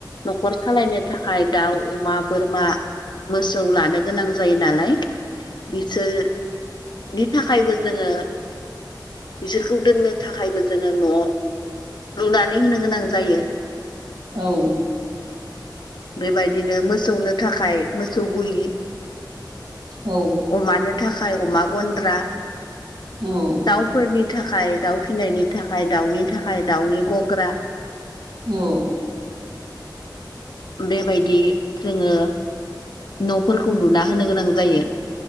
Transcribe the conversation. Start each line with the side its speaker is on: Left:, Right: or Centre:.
Left: न'खर सालायनो थाखाय दाउ, अमा, बोरमा मोसौ लानो गोनां जायो नालाय बिसोरनि थाखायबो जोङो बिसोरखौ दोननो थाखायबो जोङो न' लुनानै होनो गोनां जायो।
Right: औ
Left: बेबायदिनो मोसौनो थाखाय मोसौ गुलि
Right: औ
Left: अमानो थाखाय अमा गन्द्रा
Right: औ
Left: दाउफोरनि थाखाय दाउ फिनायनि थाखाय दाउनि थाखाय दाउनि गग्रा
Right: औ
Left: बेबायदि जोङो न'फोरखौ लुना होनो गोनां जायो।